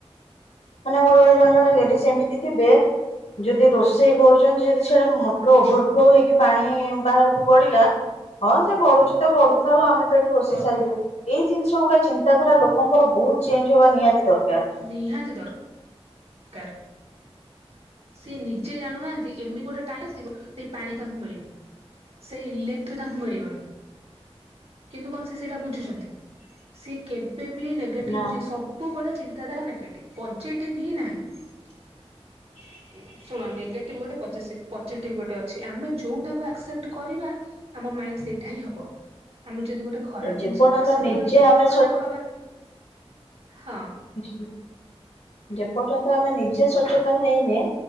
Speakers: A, on the left; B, on the right.
A: ମାନେ ଗୋଟେ ଗୋଟେ ଜଣେ ଜଣେ ଲେଡିଜ୍ ଏମିତି ଥିବେ ଯଦି ରୋଷେଇ କରୁଚ ଚନ୍ତି ଯଦି ସାଡେ ମଟର ଓଭରଫ୍ଲୋ ହେଇକି ପାଣି ବାହାରକୁ ଗଡିଲା ହଁ ସେ ଗଡୁଚି ତ ଗଢୁଥାଉ ଆମେ ତ ଏଠି ରୋଷେଇ
B: ଗଡୁ
A: ସାରିଚୁ। ଏଇ ଜିନିଷ ଗୁଡା ଚିନ୍ତା ଚିନ୍ତାଧାରା ଲୋକଙ୍କର ବହୁତ ଚେଞ୍ଜ ହବା ନିହାତି ଦର
B: ନିହାତି ଦର ଏର୍ ସିଏ ନିଜେ ଜାଣୁନାହାନ୍ତି ଏମିତି ଗୋଟେ ଟାଇମ୍ ଆସିବ ସେ ପାଣି ତାଙ୍କୁ ମିଳିବନି। ସେଇ ଇଲେକ୍ଟ୍ରୀ ତାଙ୍କୁ ମିଳିବନି। କିନ୍ତୁ କଣ ସେ ସେଇଟା ବୁଝୁଚନ୍ତି। ସିଏ କେବେ ବି ନେଗେଟିଭ
A: ନା
B: ସବୁବେଳେ ଚିନ୍ ହଁ ନେଗେଟିଭ ପଜେଟିଭ ହିଁ ନାହିଁ। ଶୁଣ ନେଗେଟିଭ ଗୋଟେ ଫେସିପ ପଜେଟିଭ ଗୋଟେ ଅଛି। ଆମେ ଯୋଉଟାକୁ ଆକ୍ସେପ୍ଟ କରିବା ଆମ ମାଇଣ୍ଡ ସେଇଟା ହିଁ ହବ। ଆମେ ଯଦି ଗୋଟେ ଖରାପ
A: ଯେପର୍ଯ୍ୟନ୍ତ
B: ଜିନିଷକୁ ଆକ୍ସେପ୍ଟ
A: ନିଜେ
B: କରିବା
A: ଆମେ
B: ଖରାପ ହବା। ହଁ
A: ଜ୍ ଯେପର୍ଯ୍ୟନ୍ତ ଆମେ ନିଜେ ସଚେତ ତନ୍ ହେଇନି।